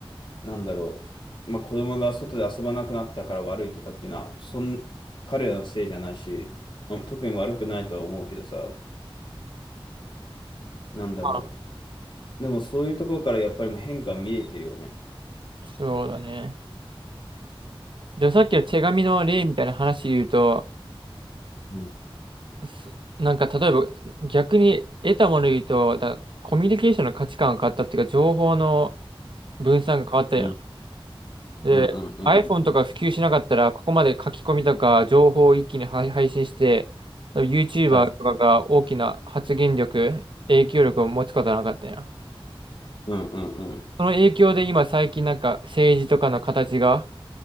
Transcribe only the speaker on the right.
あ
そうだね。で、さっきの手紙の例みたいな話で言うと、
すなんか例えば逆に得たもの言うと、だコミュニケーションの価値観が変わったっていうか情報の分散が変わったやん。
で、
iPhone とか普及しなかったら、ここまで書き込みとか情報を一気に配配信して、YouTuber
とかが大きな発言力、影響力を持つことはなかったんや。
その影響で今最近なんか政治とかの形が